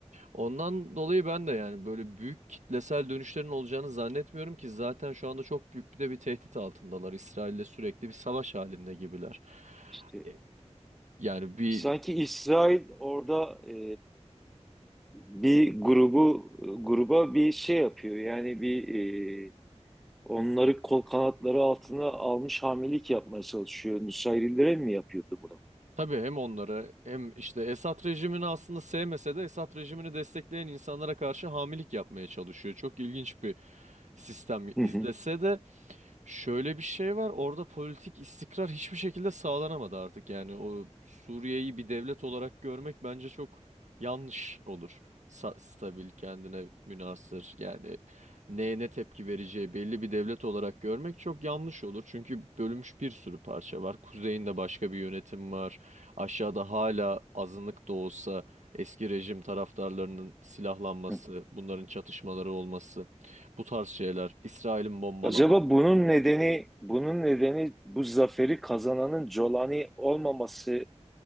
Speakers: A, on the right; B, in the centre.
A: Ondan dolayı ben de yani böyle büyük kitlesel dönüşlerin olacağını zannetmiyorum ki zaten şu anda çok büyük bir de bir tehdit altındalar. İsrail'le sürekli bir savaş halinde gibiler.
B: İşte
A: E, Yani bir
B: Sanki İsrail orada e, bir grubu gruba bir şey yapıyor. Yani bir e, onları kol kanatları altına almış hamilelik yapmaya çalışıyor. Nusayrilere mi yapıyordu bunu?
A: Tabii hem onları hem işte Esad rejimini aslında sevmese de Esad rejimini destekleyen insanlara karşı hamilik yapmaya çalışıyor. Çok ilginç bir sistem
B: Hı
A: izlese
B: hı.
A: de Şöyle bir şey var orada politik istikrar hiçbir şekilde sağlanamadı artık yani o Suriye'yi bir devlet olarak görmek bence çok yanlış olur. Sa- stabil kendine münhasır yani neye ne tepki vereceği belli bir devlet olarak görmek çok yanlış olur. Çünkü bölünmüş bir sürü parça var. Kuzeyinde başka bir yönetim var. Aşağıda hala azınlık da olsa eski rejim taraftarlarının silahlanması,
B: Hı.
A: bunların çatışmaları olması bu tarz şeyler, İsrail'in bombalaması.
B: Acaba bunun nedeni bunun nedeni bu zaferi kazananın Jolani olmaması